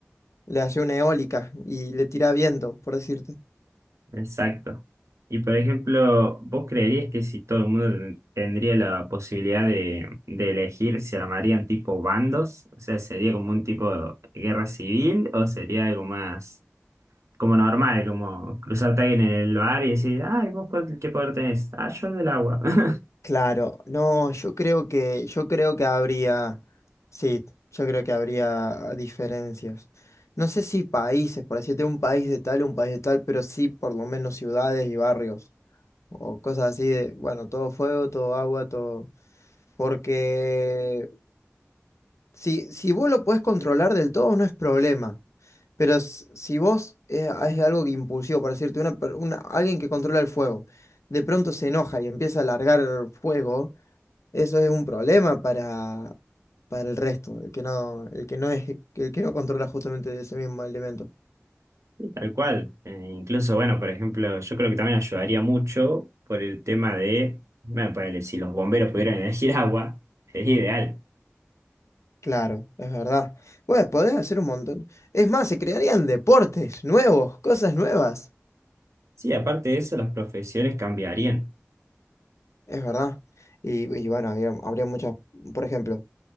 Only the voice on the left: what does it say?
le hace una eólica y le tira viento, por decirte.
Claro, no, yo creo que, yo creo que habría, sí, yo creo que habría diferencias. No sé si países, por decirte un país de tal, un país de tal, pero sí por lo menos ciudades y barrios. o cosas así de, bueno, todo fuego, todo agua, todo. Porque si, si vos lo podés controlar del todo, no es problema. Pero s- si vos eh, es, algo que impulsivo, por decirte, una, per- una- alguien que controla el fuego, de pronto se enoja y empieza a largar fuego, eso es un problema para, para el resto, el que no, el que no es, el que no controla justamente ese mismo elemento.
Claro, es verdad. Bueno, podés hacer un montón. Es más, se crearían deportes nuevos, cosas nuevas.
Es verdad. Y, y bueno, había- habría muchas, por ejemplo,